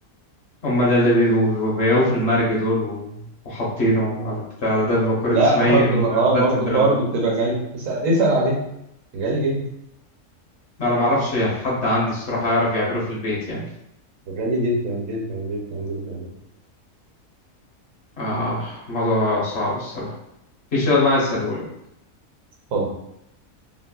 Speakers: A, on the left (about 50°); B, on the right (about 70°).
A: امال اللي بيبقوا بيبقوا بيقوا في المرج دول و... وحاطينه على البتاع ده ده بيبقى كوريدس
B: لا
A: ميت
B: برضه
A: الملتن
B: اه برضه
A: ده
B: برضه
A: ولا إيه؟
B: بتبقى غالي اسال اسال عليه غالي جدا
A: انا ما اعرفش حد عندي الصراحه يعرف يعمله في البيت يعني
B: غالي جدا جدا جدا جدا
A: اه الموضوع صعب الصراحه في سؤال بقى عايز اساله لك
B: اتفضل